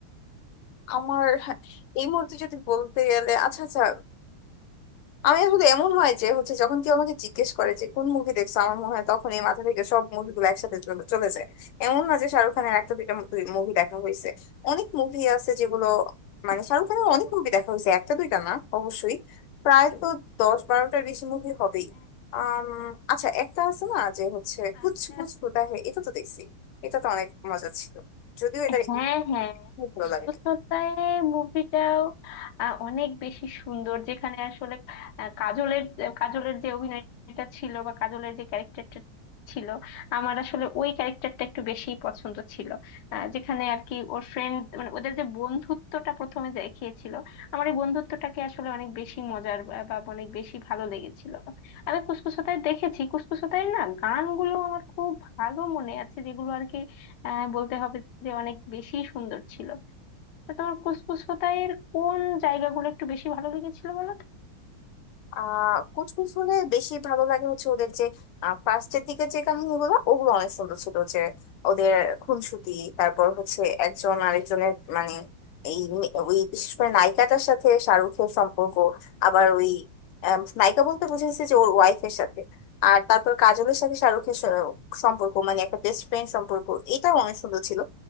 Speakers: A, on the left (about 85°); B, on the left (about 65°).
A: আমার এই মুহূর্তে যদি বলতে গেলে আচ্ছা আচ্ছা আমি আসলে এমন হয় যে হচ্ছে যখন কেউ আমাকে জিজ্ঞেস করে যে কোন মুভি দেখছো আমার মনে হয় তখন এই মাথা থেকে সব মুভিগুলো একসাথে চলে চলে যায় এমন না যে শাহরুখ খানের একটা দুইটা মুভি দেখা হয়েছে অনেক মুভি আছে যেগুলো মানে
B: আচ্ছা
A: শাহরুখ খানের
B: তো,
A: অনেক মুভি দেখা হয়েছে একটা দুইটা না অবশ্যই প্রায় তো দশ বারোটার বেশি মুভি হবেই
B: আহ,
A: আম, আচ্ছা একটা আছে না যে হচ্ছে কুছ
B: আচ্ছা
A: কুছ হোতা হ্যায় এটা তো দেখছি এটা তো অনেক মজা ছিল যদিও এটা
B: হ্যাঁ হ্যাঁ
A: খুব ভালো
B: ফুসফুস
A: লাগে
B: হত্যায় মুভিটাও আহ, অনেক বেশি সুন্দর যেখানে আসলে আহ, কাজলের কাজলের যে অভিনয়টা ছিল বা কাজলের যে ক্যারেক্টারটা ছিল আমার আসলে ওই ক্যারেক্টারটা একটু বেশি পছন্দ ছিল আহ, যেখানে আর কি ওর ফ্রেন্ড মানে ওদের যে বন্ধুত্বটা প্রথমে দেখিয়েছিল আমার এই বন্ধুত্বটাকে আসলে অনেক বেশি মজার বা বা অনেক বেশি ভালো লেগেছিল আমি কুসকুস হোতায় দেখেছি কুসকুস হোতায় না গানগুলো আমার খুব ভালো মনে আছে যেগুলো আর কি আহ বলতে হবে যে অনেক বেশি সুন্দর ছিল তো তোমার কুসকুস হোতাইয়ের কোন জায়গাগুলো একটু বেশি ভালো লেগেছিল বলো তো?
A: আহ কুচকুচ হলে বেশি ভালো লাগে হচ্ছে ওদের যে ফার্স্টের দিকে যে কাহিনীগুলো ওগুলো অনেক সুন্দর ছিল যে ওদের খুনসুটি তারপর হচ্ছে একজন আরেকজনের মানে এই মে- ওই বিশেষ করে নায়িকাটার সাথে শাহরুখের সম্পর্ক আবার ওই আম, নায়িকা বলতে বুঝেছি যে ওর ওয়াইফের সাথে আর তারপর কাজলের সাথে শাহরুখের স- সম্পর্ক মানে একটা বেস্ট ফ্রেন্ড সম্পর্ক এটাও অনেক সুন্দর ছিল